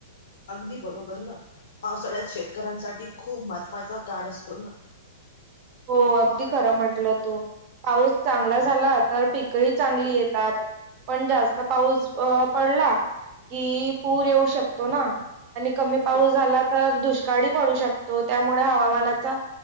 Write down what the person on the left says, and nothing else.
आगदी बरोबर ना. पावसाळ्यात शेतकऱ्यांसाठी खूप महत्त्वाचा काड असतो ना.
पावसाळ्यात
हो